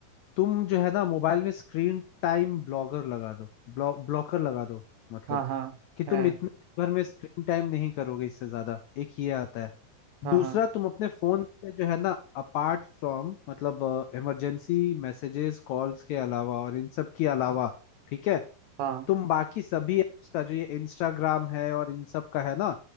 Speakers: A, on the left; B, on the right.
A: तुम जो है ना मोबाइल में स्क्रीन टाइम ब्लॉगर लगा दो ब्लॉ ब्लॉकर लगा दो मतलब
B: हाँ हाँ
A: कि तुम
B: है
A: इतने दिन भर में स्क्रीन टाइम नहीं करोगे इससे ज्यादा एक ये आता है
B: हाँ
A: दूसरा
B: हाँ
A: तुम अपने फोन से जो है ना अपार्ट फ्रॉम मतलब इमरजेंसी मैसेजेस कॉल्स के अलावा और इन सब के अलावा ठीक है
B: हाँ
A: तुम बाकी सभी एप्स का जो ये इंस्टाग्राम है और इन सब का है ना